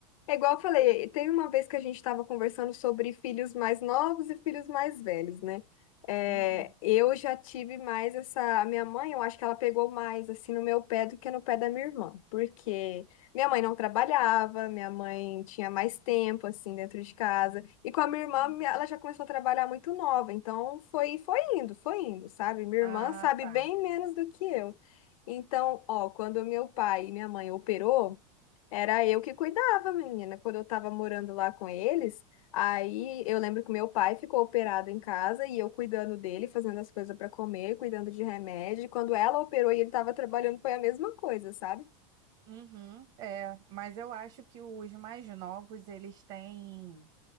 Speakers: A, on the left; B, on the right.
A: É igual eu falei, teve uma vez que a gente estava conversando sobre filhos mais novos e filhos mais velhos, né? É,
B: Uhum,
A: eu já tive mais essa. A minha mãe, eu acho que ela pegou mais assim no meu pé do que no pé da minha irmã, porque minha mãe não trabalhava, minha mãe tinha mais tempo assim dentro de casa, e com a minha irmã,
B: uhum.
A: minha- ela já começou a trabalhar muito nova, então foi, foi indo, foi indo, sabe? Minha
B: Ah,
A: irmã sabe
B: tá.
A: bem menos do que eu. Então, ó, quando meu pai e minha mãe operou. Era eu que cuidava, menina. Quando eu tava morando lá com eles, aí eu lembro que meu pai ficou operado em casa e eu cuidando dele, fazendo as coisas para comer, cuidando de remédio. E Quando ela operou e ele tava trabalhando, foi a mesma coisa, sabe?
B: Uhum, é, mas eu acho que os mais novos, eles têm.